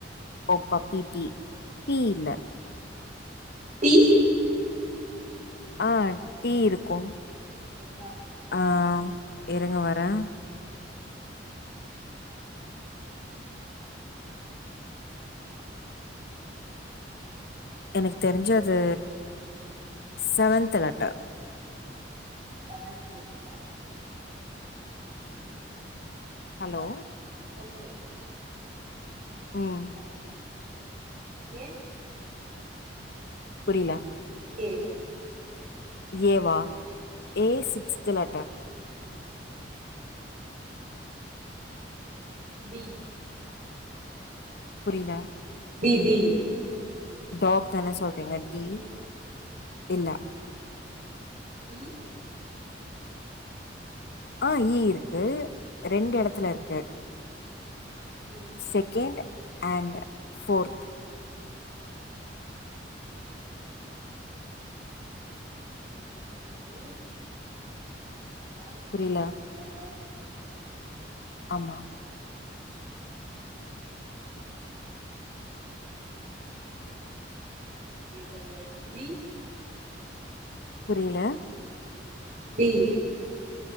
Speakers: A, on the left; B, on the right.
A: ஒ பப்பி பி பீ இல்ல
B: டி
A: ஆ டீ இருக்கும்
B: எத்தனாது
A: ஆ இருங்க வரே எனக்கு தெரிஞ்சது செவன்த் லெட்டர்
B: செவன்த் லேட்டரா ம்
A: ஹலோ
B: ஓகே ஓகே
A: ம்
B: அப்போ ஏ
A: புரியில
B: ஏய்
A: ஏ வா ஏ சிக்ஸ்த் லெட்டர்
B: டி
A: புரியல
B: டி டி
A: டாக் தான சொல்றீங்க டி
B: ம்
A: இல்ல
B: ஈ
A: ஆ ஈ இருக்கு ரெண்டு எடத்துல இருக்கு
B: ம்
A: செகண்ட் அண்ட் ஃபோர்த்
B: செக் வந்து அண்டு
A: புரில
B: போட்டா
A: ஆமா
B: இதுக்கடையாது பி
A: புரியல
B: டி